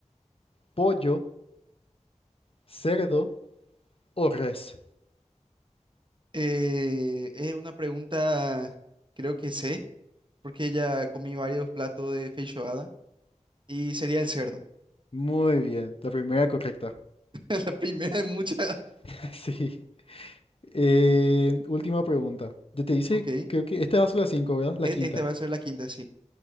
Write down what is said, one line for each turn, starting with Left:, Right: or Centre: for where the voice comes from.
Left: pollo, cerdo o res?
Right: Eh, es una pregunta, creo que sé, porque ya comí varios platos de feijoada, y sería el cerdo.
Left: Muy bien. La primera correcta.
Right: <laughs> La primera de muchas.
Left: <laughs> Sí. Eh, última pregunta. Yo te hice,
Right: Ok, e-
Left: creo que esta va a ser la cinco, ¿verdad? La
Right: esta
Left: quinta.
Right: va a ser la quinta, sí.